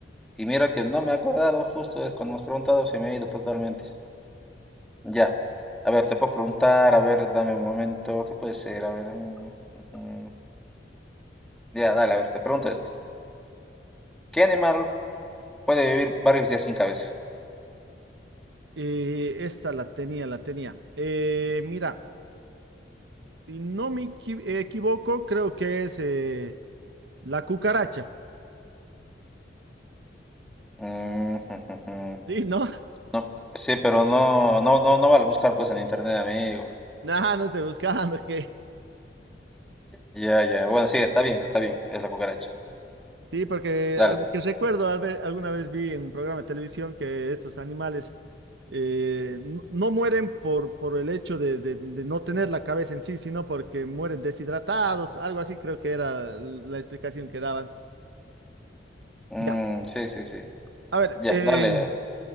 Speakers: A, in the centre; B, on the right.
A: Y mira que no me he acordado, justo es cuando me has preguntado se me ha ido totalmente. Ya. A ver, te puedo preguntar, a ver, dame un momento, ¿qué puede ser? A ver. mm, mm, Ya, dale, a ver, te pregunto esto. ¿Qué animal puede vivir varios días sin cabeza?
B: Eh, esta la tenía, la tenía. Eh, mira, si no me equi- equivoco, creo que es... eh, La cucaracha.
A: Mm, <laughs>
B: Sí, ¿no?
A: No, sí, pero no, no, no, no vale buscar pues en internet, amigo.
B: nada, no estoy buscando, <laughs> ¿qué?
A: Ya, ya. Bueno, sí, está bien, está bien. Es la cucaracha.
B: Sí, porque
A: Dale.
B: a lo que recuerdo, al ve- alguna vez vi en un programa de televisión que estos animales eh, no, no mueren por, por el hecho de, de- de no tener la cabeza en sí, sino porque mueren deshidratados, algo así creo que era la explicación que daban.
A: Mm,
B: Ya,
A: sí, sí, sí.
B: a ver,
A: Ya,
B: eh,
A: dale.